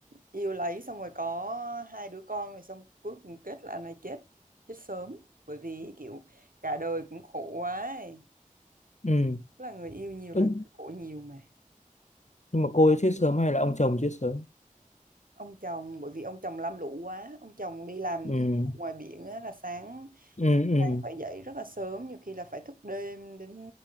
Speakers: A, on the right; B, on the left.
A: yêu lấy xong rồi có hai đứa con rồi xong cuối cùng kết là anh này chết chết sớm bởi vì kiểu cả đời cũng khổ quá ấy.
B: ừ.
A: Tức là người yêu nhiều
B: ừ.
A: là người khổ nhiều mà
B: nhưng mà cô ấy chết sớm hay là ông chồng chết sớm
A: ông chồng bởi vì ông chồng lam lũ quá ông chồng đi làm
B: ừ
A: thử ngoài biển á, là sáng
B: ừ ừ
A: sáng phải dậy rất là sớm nhiều khi là phải thức đêm đến